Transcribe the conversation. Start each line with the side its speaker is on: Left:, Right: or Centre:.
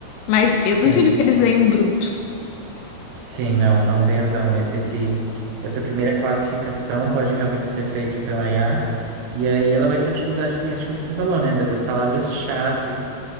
Left: Mas eu
Right: Sim.
Left: duvido que eles leiam bruto.
Right: Sim, não, não tem razão. E- Esse, essa primeira classificação pode realmente ser feita pela IA, e aí ela vai se utilizar justamente o que você falou, né? Dessas palavras-chaves